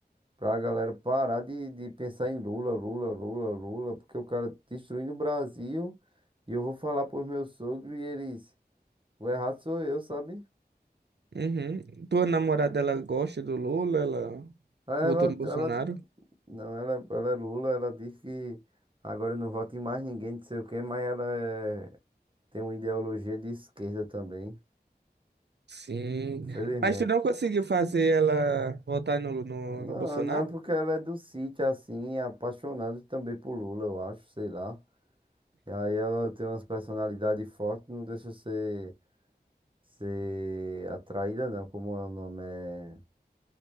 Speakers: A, on the right; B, on the right.
A: Pra galera parar de, de pensar em Lula, Lula, Lula, Lula, porque o cara tá destruindo o Brasil e eu vou falar pros meus sogros e eles, o errado sou eu, sabe?
B: Uhum. Tua namorada, ela gosta do Lula? Ela
A: Aí
B: votou
A: Ela,
B: no Bolsonaro?
A: ela, não, ela, ela é Lula, ela diz que agora não vota em mais ninguém, não sei o quê, mas ela é- tem uma ideologia de esquerda também,
B: Sim.
A: infelizmente.
B: Mas tu não conseguiu fazer ela votar no, no,
A: Não,
B: no Bolsonaro?
A: não, porque ela é do sítio, assim, é apaixonada também por Lula, eu acho, sei lá. E aí ela tem umas personalidades fortes, não deixa ser Ser atraída não, como é o nome? É